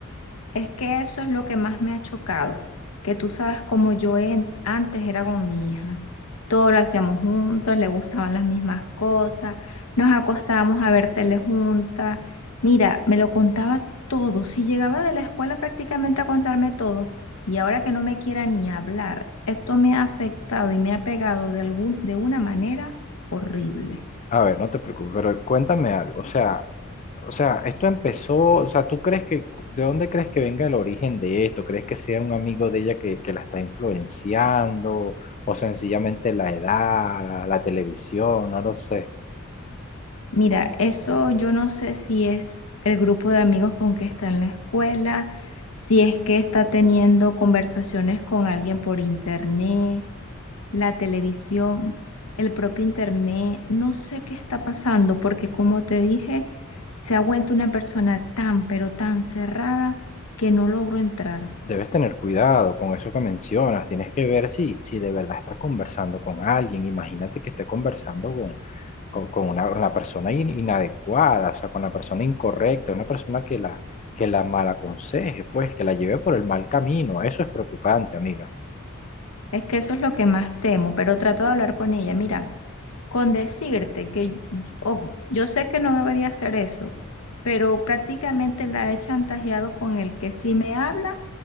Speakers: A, on the left; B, on the left.
A: Es que eso es lo que más me ha chocado, que tú sabes cómo yo en- antes era con mi hija. Todo lo hacíamos juntos, le gustaban las mismas cosas, nos acostábamos a ver tele juntas. Mira, me lo contaba todo, si llegaba de la escuela prácticamente a contarme todo. Y ahora que no me quiera ni hablar, esto me ha afectado y me ha pegado de algún, de una manera horrible.
B: A ver, no te preocupes, pero cuéntame algo, o sea... O sea, esto empezó, o sea, ¿tú crees que, de dónde crees que venga el origen de esto? ¿Crees que sea un amigo de ella que, que la está influenciando? ¿O sencillamente la edad, la, la televisión? No lo sé.
A: Mira, eso yo no sé si es el grupo de amigos con que está en la escuela, si es que está teniendo conversaciones con alguien por internet, la televisión, el propio internet, no sé qué está pasando, porque como te dije, se ha vuelto una persona tan, pero tan cerrada que no logro entrar.
B: Debes tener cuidado con eso que mencionas. Tienes que ver si, si de verdad está conversando con alguien. Imagínate que esté conversando con, con, con una, con la persona in- inadecuada, o sea, con la persona incorrecta, una persona que la, que la mal aconseje, pues, que la lleve por el mal camino. Eso es preocupante, amiga.
A: Es que eso es lo que más temo, pero trato de hablar con ella. Mira, con decirte que, ojo, yo sé que no debería hacer eso, pero prácticamente la he chantajeado con el que si me habla,